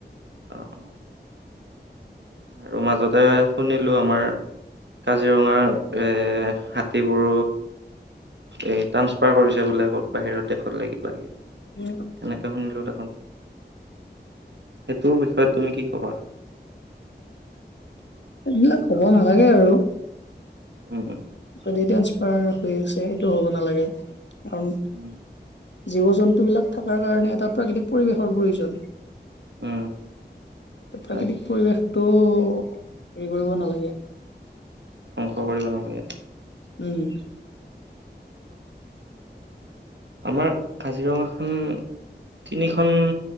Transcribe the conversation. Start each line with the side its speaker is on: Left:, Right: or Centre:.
Right: অ অ আৰু মাজতে শুনি আমাৰ কাজিৰঙা এৰ হাতীবোৰ এই ট্ৰানসফাৰ কৰিছে বোলে আকৌ বাহিৰৰ দেশতলে কিবা, কিবি
Left: উম
Right: এনেকে শুনিলো দেখোন। সেইটোৰ বিষয়ে তুমি কি ক'বা।
Left: এইবিলাক হ'ব নালাগে আৰু।
Right: উম, উম।
Left: যদি ট্ৰেন্সফাৰ হৈ আছে, সেইটো হ'ব নালাগে, কাৰণ
Right: উম
Left: জীৱ, জন্তুবিলাক থকাৰ কাৰণে এটা প্ৰাকৃতিক পৰিৱেশৰ প্ৰয়োজন।
Right: উম হয়
Left: প্ৰাকৃতিক পৰিৱেশ হেৰি কৰিব নালাগে।
Right: ধ্বংস কৰিব নোৱাৰো।
Left: উম।
Right: আমাৰ কাজিৰঙাখন তিনিখন